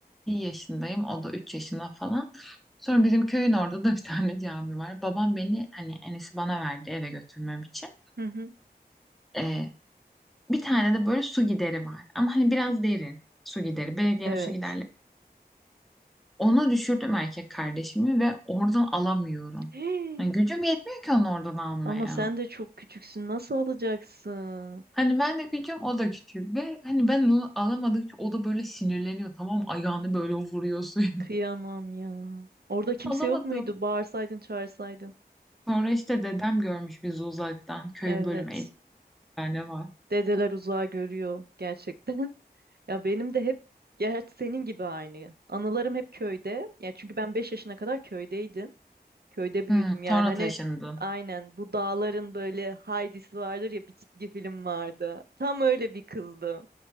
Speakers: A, in the centre; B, on the right.
A: bir yaşındayım. O da 3 yaşında falan. Sonra bizim köyün orada da bir <laughs> tane cami var. Babam beni hani enesi bana verdi eve götürmem için.
B: Hı hı.
A: Ee, bir tane de böyle su gideri var. Ama hani biraz derin su gideri. Belediyenin
B: Evet.
A: su giderleri. Onu düşürdüm erkek kardeşimi ve oradan alamıyorum.
B: <gasps>
A: Hani gücüm yetmiyor ki onu oradan almaya.
B: Ama sen de çok küçüksün. Nasıl alacaksın?
A: Hani ben de küçüğüm o da küçük ve hani ben onu alamadıkça o da böyle sinirleniyor tamam mı? Ayağını böyle vuruyor suya.
B: Kıyamam ya. Orada kimse
A: <laughs> Alamadım.
B: yok muydu? Bağırsaydın, çağırsaydın.
A: Sonra işte dedem görmüş bizi uzaktan. Köyün
B: Evet.
A: bölümü 50 tane var.
B: Dedeler uzağa görüyor gerçekten. <laughs> Ya benim de hep gerçi senin gibi aynı. Anılarım hep köyde. Ya çünkü ben 5 yaşına kadar köydeydim. Köyde büyüdüm.
A: Hmm,
B: Yani
A: sonra
B: hani
A: taşındın.
B: aynen bu dağların böyle Heidi'si vardır ya bir çizgi film vardı. Tam öyle bir kızdım.